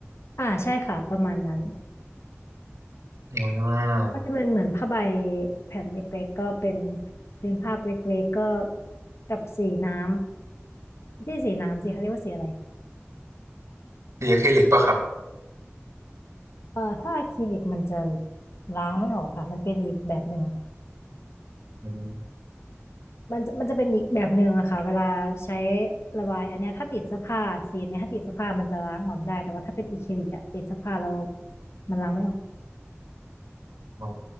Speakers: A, on the left; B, on the right.
A: อ่าใช่ค่ะประมาณนั้น
B: อืม
A: ก็จะเป็นเหมือนผ้าใบแผ่นเล็กๆก็เป็นฟิล์มภาพเล็กๆก็กับสีน้ำไม่ใช่สีน้ำสิเขาเรียกว่าสีอะไร
B: สีอะคริลิกปะครับ
A: เอ่อถ้าอะคริลิกมันจะล้างไม่ออกค่ะมันเป็นอีกแบบหนึ่ง
B: อืม
A: มันจะมันจะเป็นอีกแบบหนึ่งอะค่ะเวลาใช้ระบายอันเนี้ยถ้าติดเสื้อผ้าสีเนี้ยถ้าติดเสื้อผ้ามันจะล้างออกได้แต่ว่าถ้าเป็นอะคริลิกอะติดเสื้อผ้าแล้วมันล้างไม่ออก
B: อ๋อ